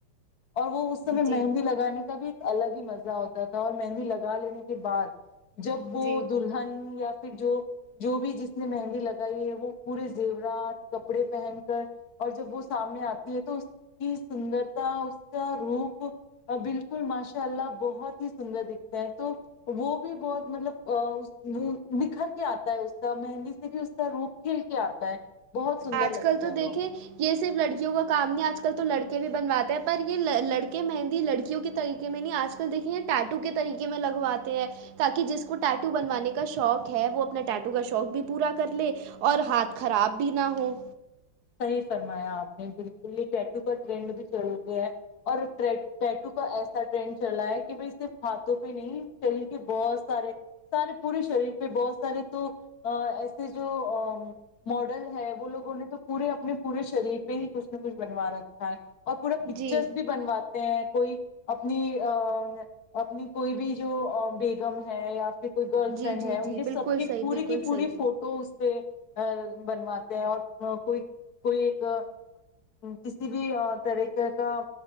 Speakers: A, on the left; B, on the right.
A: اور وہ اس سمے
B: جی
A: مہندی لگانے الگ ہی مزہ ہوتا تھا اور مہندی لگا لینے کے بعد جب وہ
B: جی
A: دلہن یا پھر جو جو بھی جس نے مہندی لگائی ہے وہ پورے زیورات کپڑے پہن کر اور جب وہ سامنے آتی ہے تو اس کی سندرتا اس کا روپ بالکل ماشاء اللہ بہت ہی سندر دکھتے ہیں تو وہ بھی بہت مطلب بکھر کے آتا ہے اس کا مہندی سے بھی اس کا روپ کھیل کے آتا ہے بہت سندر
B: آج کل
A: لگتا
B: تو
A: ہے
B: دیکھیں
A: وہ
B: یہ صرف لڑکیوں کا کام نہیں آج کل تو لڑکے کے بھی بنواتے ہیں پر یہ لڑکے مہندی لڑکیوں کے طریقے میں نہیں آج کل دیکھیں گ ٹیٹو کے طریقے میں لگواتے ہیں تاکہ جس کو ٹیٹو بنوانے کا شوق ہے وہ اپنا ٹیٹو کا شوق بھی پورا کر لے اور ہاتھ خراب بھی نہاہ
A: صحیح فرمایا آپ نے بالکل یہ ٹیٹو کا ٹرینڈ بھی چل گیا ہے اور ٹیٹو کا ایسا ٹرینڈ چلا ہے کہ بھائی صرف ہاتھوں پہ نہیں شریر کے بہت سارے سارے پورے شریر پہ بہت سارے تو ایسے جو ماڈل ہے وہ لوگوں نے تو پورے اپنے پورے شریر پہ ہی کچھ نہ کچھ بنوا رکھا ہے اور پورا پکچرس
B: جی
A: بھی بنواتے ہیں کوئی اپنی اپنی کوئی بھی جو بیگم ہے یا کوئی گرل
B: جی
A: فرینڈ
B: جی
A: ہے ان
B: جی
A: کی
B: بالکل
A: سب کی
B: صحیح
A: پوری
B: بالکل
A: کی پوری
B: صحیح
A: فوٹو اس پہ بنواتے ہیں اور کوئی کوئی ایک کسی بھی طریقے کا